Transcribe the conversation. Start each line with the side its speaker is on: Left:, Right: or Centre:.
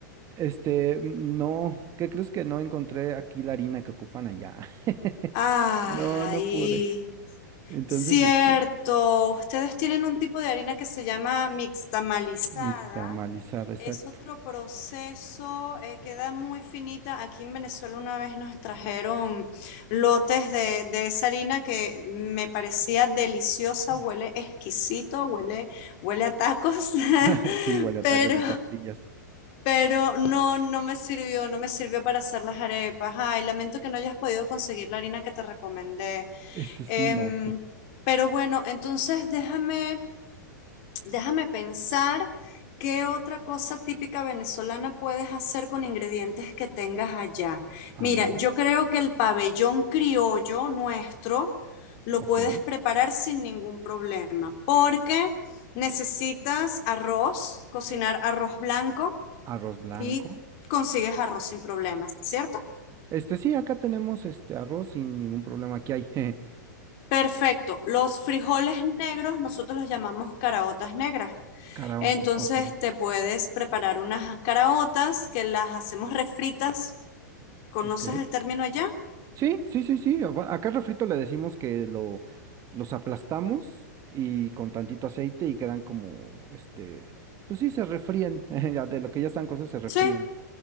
Right: Este, no, ¿qué crees que no encontré aquí la harina que ocupan allá? <laughs>
Left: Ay,
Right: No, no pude. Entonces,
Left: cierto.
Right: este,
Left: Ustedes tienen un tipo de harina que se llama mixtamalizada
Right: nixtamalizada, exacto.
Left: Es otro proceso, eh, queda muy finita. Aquí en Venezuela una vez nos trajeron lotes de, de esa harina que me parecía deliciosa,
Right: <clears throat>
Left: huele exquisito, huele, huele a tacos, <laughs>
Right: <laughs> Sí, igual ataques
Left: pero,
Right: de tortillas.
Left: pero no, no me sirvió, no me sirvió para hacer las arepas. Ay, lamento que no hayas podido conseguir la harina que te recomendé.
Right: Este
Left: Em,
Right: sí, no.
Left: pero bueno, entonces déjame... Déjame pensar qué otra cosa típica venezolana puedes hacer con ingredientes que tengas allá.
Right: <laughs>
Left: Mira,
Right: A ver,
Left: yo creo que el pabellón criollo nuestro lo
Right: ok.
Left: puedes preparar sin ningún problema, porque necesitas arroz, cocinar arroz blanco
Right: Arroz blanco.
Left: y consigues arroz sin problemas, ¿cierto?
Right: Este sí, acá tenemos este arroz sin ningún problema. Aquí hay <laughs>
Left: Perfecto. Los frijoles negros nosotros los llamamos caraotas negras.
Right: caraotas.
Left: Entonces
Right: Ok,
Left: te puedes preparar unas caraotas que las hacemos refritas. ¿Conoces
Right: ok.
Left: el término allá?
Right: Sí, sí, sí, sí. o- Acá refrito le decimos que lo, los aplastamos y con tantito aceite y quedan como, este, pues sí, se refríen. <laughs> ya De lo que ya están cocidos, se refríen.
Left: Sí,